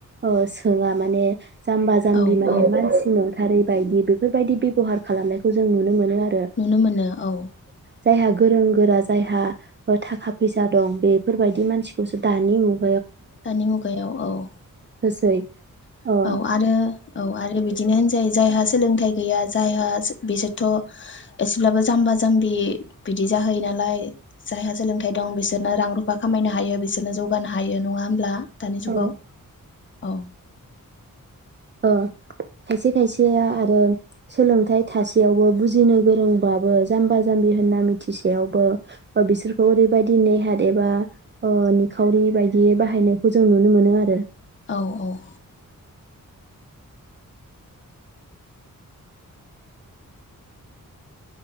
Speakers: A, on the right (about 35°); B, on the left (about 35°).
A: ओ सोङा माने जाम्बा जाम्बि
B: औ
A: माने
B: औ
A: मानसि नंथारै बायदि बेफोरबायदि बेबहार खालामनायखौ जों नुनो मोनो आरो
B: नुनो मोनो औ,
A: जायहा गोरों गोरा जायहा थाखा फैसा दं बेफोरबायदि मानसिखौसो दानि मुगा
B: दानि मुगायाव औ
A: होसै
B: -औ
A: ओ
B: -औ आरो औ आरो बिदिनो होनजायो जायहा सोलोंथाइ गैया जायहा बिसोरथ' एसेब्लाबो जाम्बा जाम्बि बिदि जाहैयो नालाय जायहा सोलोंथाइ दं बिसोरनो रां रुफा खामायनो हायो बिसोरनो जौगानो हायो । नङा होमब्ला? दानि जुगाव
A: औ
B: औ
A: ओ खायसे खायसेया आरो सोलोंथाइ थासेयावबो बुजिनो गोरोंबाबो जाम्बा- जाम्बि होनना मिथिसेयावबो, बिसोरखौ ओरैबायदि नेहाट एबा ओ निखावरि बायदि बाहायनायखौ जों नुनो मोनो आरो
B: औ -औ